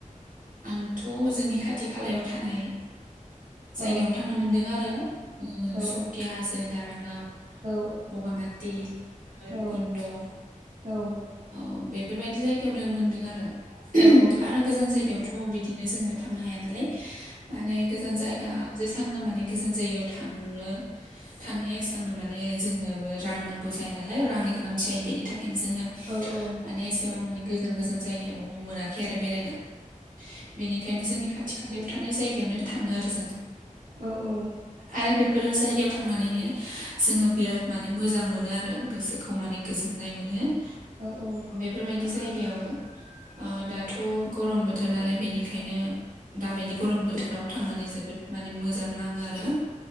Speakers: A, on the right; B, on the right.
A: आंथ' जोंनि खाथि खालायाव थानाय जायगायावनो
B: औ
A: थांनो मोनदों आरो
B: औ
A: सकि हाजो दारागाव
B: औ
A: बगामाटि भैरबखुन्द'
B: औ औ
A: औ बेफोरबायदि जायगायावनो मोनदों आरो
B: औ औ
A: आरो गोजान जायगायाव' थ' बिदिनो जोङो थांनो हाया नालाय माने गोजान जायगा जेसांनो माने गोजान जायगायाव थांनो थाङो एसांनो माने जोंनो रां नांगौ जायो नालाय रांनि गोनांथि जायो बेनि थाखायनो जोङो
B: औ औ
A: माने एसेबां माने गोजान गोजान जायगायाव मोनाखै आरो बेरायनो बेनिखायनो जोंनि खाथि खालायाव थानाय जायगायावनो थाङो आरो जों
B: औ औ
A: आरो बेफोर जायगायाव थांनानैनो जोङो बिराद माने मोजां मोनो आरो गोसोखौ खौ माने गोजोननाय मोनो
B: औ औ
A: बेफोरबायदि जायगायाव दाथ' गरम बोथोर नालाय बेनिखायनो दाबायदि गरम बोथोराव थांनानै जोबोद माने मोजां नाङो आरो